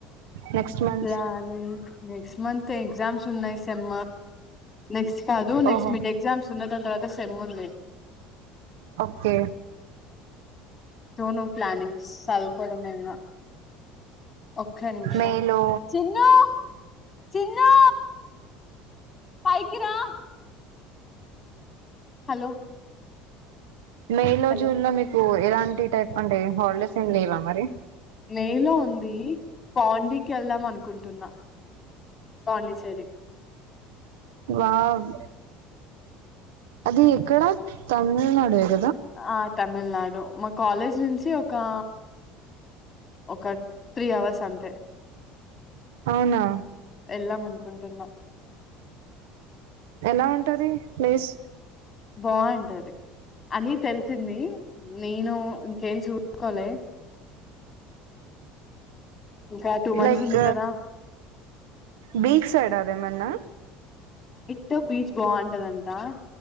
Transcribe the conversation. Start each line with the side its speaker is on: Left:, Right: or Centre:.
Right: నెక్స్ట్ మంత్
Left: ప్లాని నెక్స్ట్ మంత్ ఎగ్జామ్స్ ఉన్నాయి సెమ్ నెక్స్ట్ కాదు నెక్స్ట్
Right: ఓహో
Left: మిడ్ ఎగ్జామ్స్ ఉన్న దాని తర్వాత సెమ్ ఉంది
Right: ఓకే
Left: సో నొ ప్లానింగ్స్ చదువుకోవడమే ఇంగా ఒక్క నిమిషం
Right: మేలో
Left: చిన్ను చిన్నూ పైకిరా హలో
Right: మే లో
Left: హలో.
Right: జూన్ లో మీకు ఇలాంటి టైప్ అంటె హాలిడేస్ ఏమి లేవా మరి
Left: వే లో ఉంది పాండిక్ కెళ్దాం అనుకుంటున్నా పాండిచ్చేరి
Right: వావ్ అది ఎక్కడ తమిల్నాడేగ
Left: ఆ తమిల్నాడు మ కాలెజ్ నుంచి ఒకా ఒక త్రీ అవర్స్ అంతే
Right: అవునా
Left: ఎల్దామ్ అనుకుంటున్నా
Right: ఎలా ఉంటది ప్లేస్
Left: బావుంటది అది తెలిసింది నేను ఇంకేం చూకోలే ఇంకా టూ మంత్స్
Right: లైక్
Left: ఉంది కదా
Right: బీచ్ సైడ్ అదేమన్నా
Left: సో బీచ్ బాగుంటదంటా